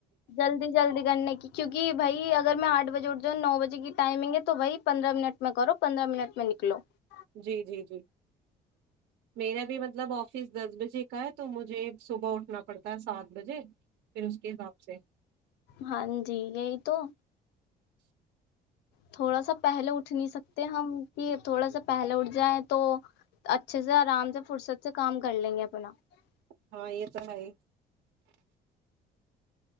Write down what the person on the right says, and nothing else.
جی جی جی میرا بھی مطلب آفس دس بجے کا ہے تو مجھے صبح اٹھنا پڑتا ہے سات بجے پھر اس کے حساب سے <unintelligible>
ہاں یہ تو ہے ہی <unintelligible>